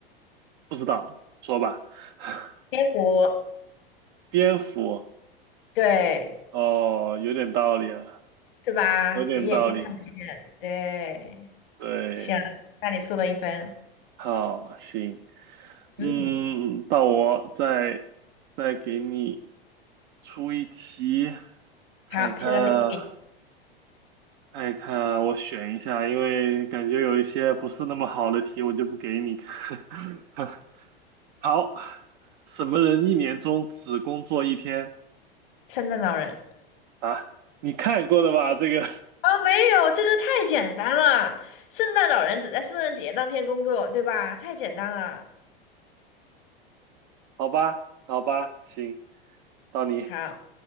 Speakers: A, on the right (about 50°); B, on the left (about 60°).
A: 不知道，说吧。<laughs>
B: 蝙蝠，
A: 蝙蝠，
B: 对，
A: 哦，有点道理啊，
B: 是吧？
A: 有点道理。
B: 有眼睛看不见，对，
A: 对，
B: 行，那你输了一分，
A: 好，行，
B: 嗯，
A: 嗯，到我再再给你出一题，看一看啊。
B: 好，现在是一比零
A: 看一看，我选一下，因为感觉有一些不是那么好的题，我就不给你。<laughs> 看。好，什么人一年中只工作一天
B: 圣诞老人。
A: 啊？你看过的吧？这个，
B: 哦，没有，这个太简单了。圣诞老人只在圣诞节当天工作，对吧？太简单了。
A: <laughs> 好吧，好吧，行，到你。
B: 好，